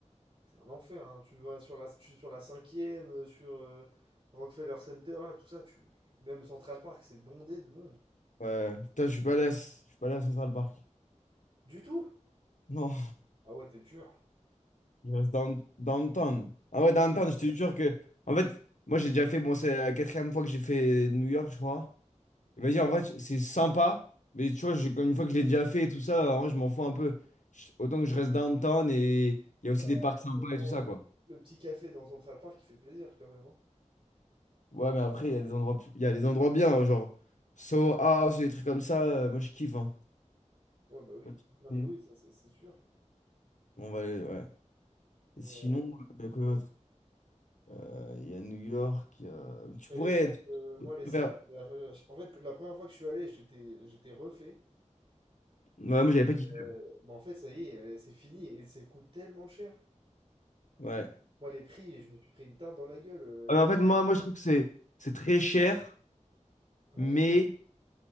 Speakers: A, on the right (about 45°); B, on the left (about 75°).
A: C'est un enfer, hein. Tu vas sur la, tu- sur la cinquième euh, sur euh, Rockefeller Center, là, tout ça, tu, même Central Park, c'est bondé de monde.
B: Ouais. Putain, je suis pas allé à, je suis pas allé à Central Park.
A: Du tout?
B: Non,
A: Ah ouais, t'es dur.
B: <laughs> je reste down- downtown. Ah ouais, downtown, je te jure que. En fait, moi, j'ai déjà fait. bon c'est la quatrième fois que j'ai fait New York, je crois. Et Vas-y, en vrai, c'est sympa. Mais tu vois, je- comme une fois que je l'ai déjà fait et tout ça, en vrai, je m'en fous un peu. Je- Autant que je reste downtown et il y
A: Ouais,
B: a aussi des parcs sympas
A: mais bon,
B: et tout ça,
A: le,
B: quoi.
A: le petit café dans Central Park, il fait plaisir quand même, hein.
B: Ouais, mais après, il y a des endroits, plus- il y a des endroits bien, hein, genre Soho House et des trucs comme ça. euh, Moi, je kiffe. hein.
A: Ouais, bah oui.
B: Pas de soucis.
A: Non, mais oui, ça, c'est c'est sûr.
B: On va, aller- ouais.
A: Mais,
B: Et sinon,
A: euh,
B: euh, quoi d'autre Euh, Il y a New York. il y a- Tu
A: mais
B: pourrais.
A: les sapes,
B: tu
A: euh, moi, les
B: peux
A: sapes,
B: faire-
A: la- en fait, la première fois que je suis allé, j'étais, j'étais refait.
B: Ouais,
A: Et
B: moi, j'avais pas kiffé.
A: euh, bah, en fait, ça y est, euh, c'est fini. Et ça coûte tellement cher.
B: Ouais.
A: Moi, les prix, je me suis pris une tarte dans la gueule. euh,
B: Ah,
A: les-
B: mais en fait, moi, moi, je trouve que c'est c'est très cher,
A: Ouais.
B: mais